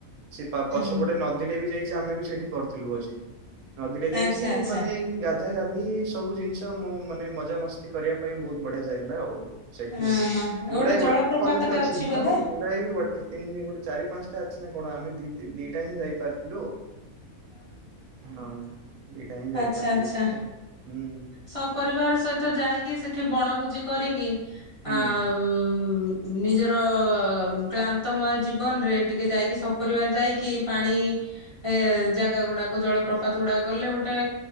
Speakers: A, on the right; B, on the left.
A: ସେ
B: ହୁଁ
A: ପଛପଟେ ନଦୀ। ସେଟା ବି ଯାଇଛି ଆମେ ବି ସେଠି କରିଥିଲୁ ଭୋଜି ନଦୀଟେ ଯାଇଛି
B: ଆଚ୍ଛା ଆଚ୍ଛା
A: ମାନେ ଗା ଧା ଗାଧା ଗାଧି ସବୁ ଜିନିଷ ମୋ ମାନେ ମଜା ମସ୍ ସେ କରିବା ପାଇଁ ବହୁତ ବଢିଆ ଜାଗାଟା ଆଉ ସେଠି
B: ହଁ ହଁ ଗୋଟେ
A: ଗୁଡାଏ
B: ଜଳପ୍ରପାତ
A: ୱାଟରଫଲ ବି
B: ଟେ
A: ଅଛି
B: ବୋଧେ
A: ହଁ। ଗୁଡ଼ାଏ ବି ୱାଟର ତିନ ଗୋଟେ ଚାରି ପାଞ୍ଚଟା ଅଛି ନା କଣ ଆମେ ଦି ଦିଟା ହିଁ ଯାଇପାରି ଥିଲୁ। ହଁ ଏଇଟାହିଁ ଯାଇପାରିଥିଲୁ
B: ଆଚ୍ଛା ଆଚ୍ଛା
A: ତ ହୁଁ।
B: ସପରିବାର ସହିତ ଯାଇକି ସେଠି ବଣଭୋଜି କରିକି
A: ହୁଁ।
B: ଆଉ ନିଜର କ୍ଲାନ୍ତମୟ ଜୀବନରେ ଟିକେ ଯାଇକି ସପରିବାର ଯାଇକି ପାଣି ଏ ଜାଗା ଗୁଡାକ ଜଳପ୍ରପାତ ଗୁଡାକ ଗଲେ ଗୋଟେ